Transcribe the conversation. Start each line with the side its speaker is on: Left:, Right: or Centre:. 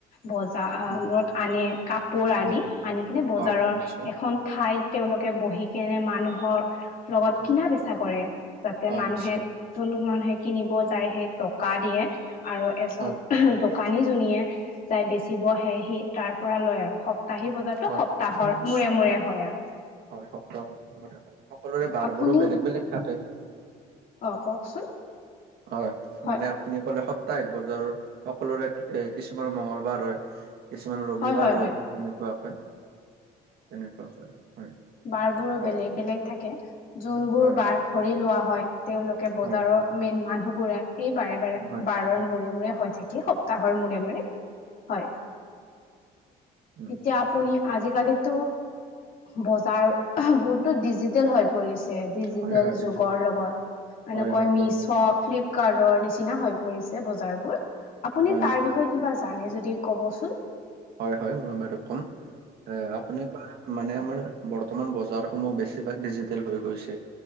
Left: বজাৰত
Right: উম
Left: আনে। কাপোৰ
Right: মানে
Left: আদি, আনি কিনে, বজাৰৰ
Right: হয় হয় নিশ্চয়
Left: এখন ঠাইত তেওঁলোক বহি কেনে মানুহৰ লগত
Right: হয়
Left: কিনা-বেচা কৰে। যাতে,
Right: হয়
Left: মানুহে
Right: নিশ্চয়
Left: যোন মানুহে কিনিব যায় সেই টকা দিয়ে আৰু এজন
Right: হয়
Left: দোকানী, নীয়ে যাই বেচিবহে সি তাৰ পৰা লয় আৰু সপ্তাহি ব বজাৰতো
Right: হয়
Left: সপ্তাহৰ
Right: নিশ্চয়
Left: মূৰে মূৰে হয় আৰু
Right: হয় সপ্তাহ হয় সকলোৰে বাৰবোৰো
Left: আপুনি
Right: বেলেগ বেলেগ থাকে।
Left: অ কওকচোন।
Right: হয়
Left: হয়
Right: মানে। আপুনি কলে সপ্তাহ এক বজাৰ সকলোৰে এ কিছুমানৰ মংগলবাৰ হয়। কিছুমান ৰবি
Left: হয়
Right: বা
Left: হয়
Right: ৰয়
Left: হয়
Right: তেনেকুৱা হয় তেনেকুৱা হয় হয়।
Left: বাৰ বোৰো
Right: আপ-
Left: বেলেগ বেলেগ থাকে যোনবোৰ
Right: হয়
Left: বাৰ ধৰি লোৱা হয় তেওঁওলোকে বজাৰৰ,
Right: হয়
Left: মেইন মানুহবোৰে সেই বাৰে বাৰে
Right: হয়
Left: বাৰৰ মূৰে মূৰে হৈ থাকি সপ্তাহৰ মূৰে মূৰে। হয়
Right: উম
Left: এতিয়া আপুনি আজিকালিতো বজাৰ বহুতো ডিজিটেল হৈ পৰিছে। ডিজিটেল
Right: হয় হয়
Left: যুগৰ
Right: ডিজিটেল
Left: লগত এনেকৈ
Right: হয় হয়
Left: মিছ,
Right: বহুত
Left: ফ্লিপ কাৰ্ডৰ নিচিনা হৈ পৰিছে বজাৰবোৰ আপুনি
Right: হয়
Left: তাৰ
Right: নিশ্চয়
Left: বিষয়ে কিবা জানে যদি ক'বচোন।
Right: হয় হয় মই বাৰু ক'ম এ আপোনাৰ পৰা মানে আমাৰ বৰ্তমান বজাৰসমূহ বেছিভাগ ডিজিটেল হৈ গৈছে